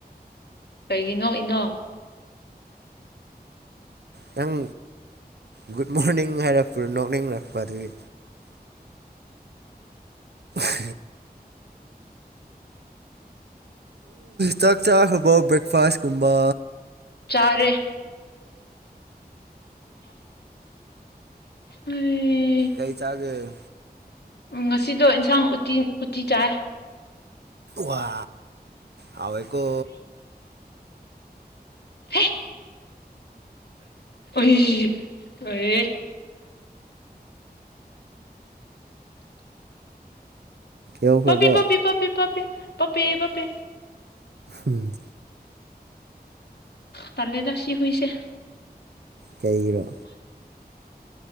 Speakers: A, on the left; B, on the right.
A: ꯀꯩꯒꯤ ꯅꯣꯛꯏꯅꯣ
B: ꯅꯪ ꯒꯨꯗ ꯃꯣꯔꯅꯤꯡ ꯍꯥꯏꯔꯛꯄ꯭ꯔꯣ ꯅꯣꯛꯅꯤꯡꯉꯛꯄ ꯑꯗꯨꯒꯤ ꯎꯝ ꯆꯥꯛ ꯆꯥꯈ꯭ꯔꯕꯥꯎ ꯕ꯭ꯔꯦꯛꯐꯥꯁ ꯀꯨꯝꯕ
A: ꯆꯔꯦ ꯑ
B: ꯀꯩ ꯆꯥꯒꯦ
A: ꯎꯝ ꯉꯁꯤꯗꯣ ꯏꯟꯁꯥꯡ ꯎꯇꯤ ꯎꯇꯤ ꯆꯥꯏ
B: ꯋꯥ ꯍꯕꯩꯀ
A: ꯍ‌ꯦ ꯑꯩ ꯑꯦ
B: ꯌꯧꯈ꯭ꯔꯕꯣ
A: ꯄꯄꯤ ꯄꯄꯤ ꯄꯄꯤ ꯄꯄꯤ ꯄꯄꯦ ꯄꯄꯦ
B: ꯎꯝ
A: ꯇꯜꯦꯗꯁꯤ ꯍꯨꯏꯁ
B: ꯀꯩꯔꯣ